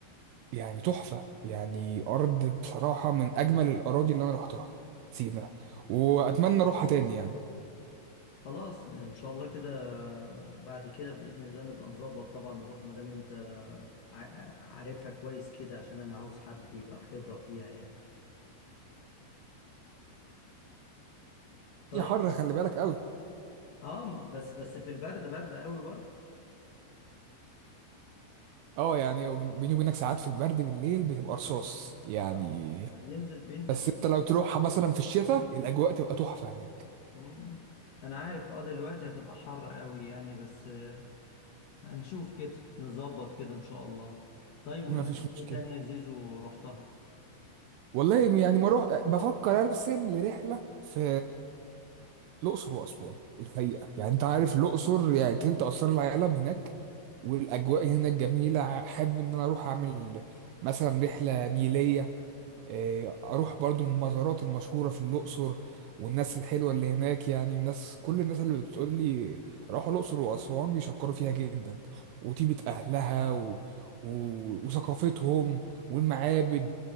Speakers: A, on the right; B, on the left.
A: يعني تحفة يعني أرض بصراحة من أجمل الأراضي اللي أنا روحتها سينا وأتمنى أروحها تاني يعني
B: خلاص ان شاء الله كده بعد كده باذن الله نبقى نظبط طبعا نروح ما دام انت ع- عارفها كويس كده عشان انا عاوز حد يبقى خبره فيها يعني طيب
A: هي حر خلي بالك قوي
B: اه م- بس بس في البرد برد قوي برضه
A: اه يعني وبين- بيني وبينك ساعات في البرد بالليل بتبقى رصاص يعني
B: آه، بينزل بينزل
A: بس
B: كده.
A: انت لو تروحها مثلا في الشتاء الأجواء تبقى تحفة هناك
B: مم. انا عارف اه دلوقتي هتبقى حر قوي يعني بس آه، هنشوف كده نظبط كده ان شاء الله طيب
A: مفيش
B: واماكن
A: مشكلة
B: ايه تانية يا زيزو رحتها
A: والله يعني بروح بفكر ارسم لرحله في الاقصر واسوان الحقيقه يعني انت عارف الاقصر يعني تلت اسرار العالم هناك والاجواء هناك جميله حابب ان انا اروح اعمل مثلا رحله نيليه آه، اروح برضو المزارات المشهوره في الاقصر والناس الحلوه اللي هناك يعني الناس كل الناس اللي بتقول لي راحوا الاقصر واسوان بيشكروا فيها جدا وطيبه اهلها و... و... وثقافتهم والمعابد